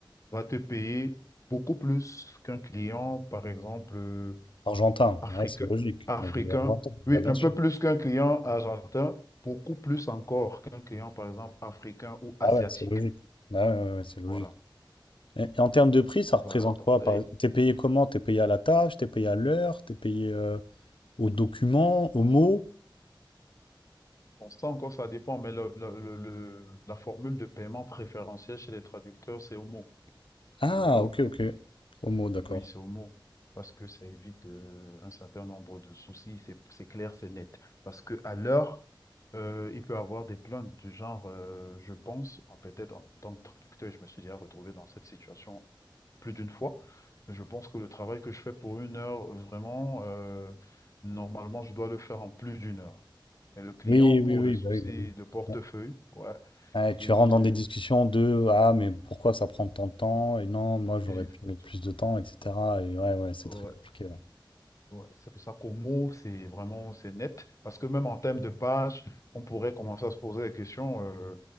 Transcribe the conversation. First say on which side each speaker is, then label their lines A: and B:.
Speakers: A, on the left; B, on the left.
A: va te payer beaucoup plus qu'un client, par exemple, euh,
B: Argentin,
A: Africain,
B: ouais, c'est logique.
A: africain,
B: Donc, Argentin,
A: oui,
B: bah bien
A: un
B: sûr.
A: peu plus qu'un client argentin, beaucoup plus encore qu'un client, par exemple, africain ou
B: Ah
A: asiatique.
B: ouais, c'est logique. Bah ouais, ouais, ouais, c'est logique.
A: Voilà,
B: Et, et en termes de prix, ça représente
A: voilà. Donc,
B: quoi, par
A: et
B: exemple? T'es payé comment? T'es payé à la tâche, t'es payé à l'heure, t'es payé euh, au document, au mot?
A: on sent encore, ça dépend, mais le- le- le- le- la formule de paiement préférentiel chez les traducteurs, c'est Homo,
B: Ah,
A: tu vois?
B: ok, ok. Au mot, d'accord.
A: Oui, c'est Homo, parce que ça évite euh, un certain nombre de soucis, c'est c'est clair, c'est net. Parce que à l'heure, euh, il peut avoir des plaintes du genre, euh, je pense, en- peut-être en tant que traducteur, je me suis déjà retrouvé dans cette situation plus d'une fois. Je pense que le travail que je fais pour une heure, vraiment, euh, normalement, je dois le faire en plus d'une heure. Mais le client,
B: Oui,
A: pour
B: oui, oui,
A: des soucis
B: bah oui, bah oui.
A: de portefeuille,
B: Ouais.
A: ouais,
B: Ouais,
A: il
B: tu rentres
A: te...
B: dans des discussions de ah mais pourquoi ça prend tant de temps et non moi j'aurais
A: il
B: pu
A: fait-
B: mettre plus de temps etc et ouais ouais c'est
A: Ouais,
B: très compliqué ouais.
A: ouais. C'est pour ça qu'au mot, c'est vraiment, c'est net. Parce que même en termes de pages, on pourrait commencer à se poser la question, euh,